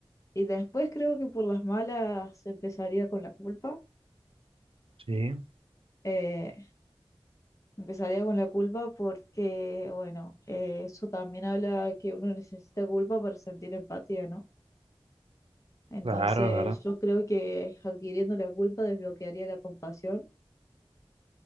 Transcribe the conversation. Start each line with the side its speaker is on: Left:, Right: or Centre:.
Left: Y después creo que por las malas empezaría con la culpa.
Right: sí,
Left: Eh, empezaría con la culpa porque, bueno, eh, eso también habla que uno necesita culpa para sentir empatía, ¿no? Entonces
Right: claro, es verdad.
Left: yo creo que adquiriendo la culpa desbloquearía la compasión